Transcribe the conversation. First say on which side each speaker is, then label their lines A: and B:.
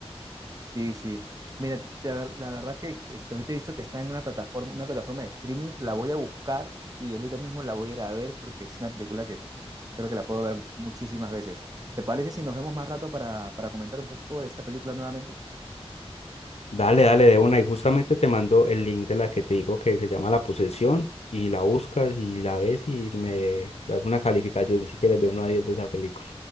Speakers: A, on the right; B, on the left.
A: Sí, sí. Mira, t- te- la verdad que este, ahorita he visto que está en una plataforma, una plataforma de streaming, la voy a buscar y ahorita mismo la voy a ir a ver porque es una película que creo que la puedo ver muchísimas veces. ¿Te parece si nos vemos más rato para, para comentar un poco de esta película nuevamente?
B: Dale, dale de una y justamente te mando el link de la que te digo que se llama La Posesión y la buscas y la ves y me das una calificación si quieres de uno a 10 de esa película.